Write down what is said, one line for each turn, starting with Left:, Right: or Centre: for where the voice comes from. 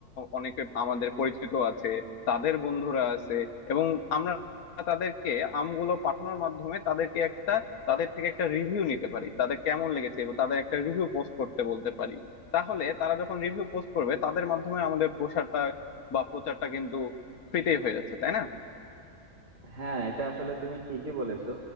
Left: অনেকে আমাদের পরিচিত আছে তাদের বন্ধুরা আছে এবং আমরা তাদেরকে আমগুলো পাঠানোর মাধ্যমে তাদেরকে একটা তাদের থেকে একটা রিভিউ নিতে পারি তাদের কেমন লেগেছে এবং তাদের একটা রিভিউ পোস্ট করতে বলতে পারি তাহলে তারা যখন রিভিউ পোস্ট করবে তাদের মাধ্যমে আমাদের প্রসারটা বা প্রচারটা কিন্তু ফ্রিতেই হয়ে যাচ্ছে তাই না
Right: হ্যাঁ এটা আসলে তুমি ঠিকই বলেছো